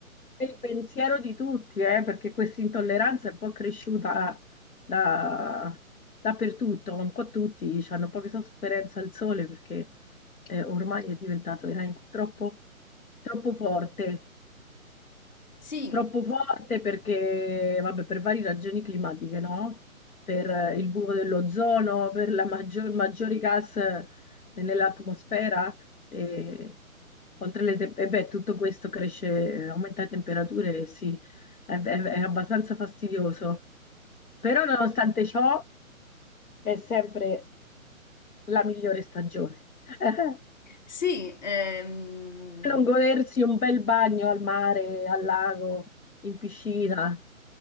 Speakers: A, on the left (about 80°); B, on the left (about 30°).
A: È il pensiero di tutti, eh, perché questa intolleranza è un po' cresciuta da- dappertutto, un po' tutti hanno poca sofferenza al sole perché eh, ormai è diventato veramente troppo, troppo forte.
B: <laughs>
A: Troppo
B: Sì.
A: forte perché, vabbè, per varie ragioni climatiche, no? Per eh, il buco dell'ozono, per la maggior- maggiori gas eh, nell'atmosfera e oltre le te- e beh, tutto questo cresce, aumenta le temperature, e sì, è, è- è abbastanza fastidioso. Però nonostante ciò è sempre la migliore stagione. <laughs>
B: Sì, ehm,
A: Non godersi un bel bagno al mare, al lago, in piscina.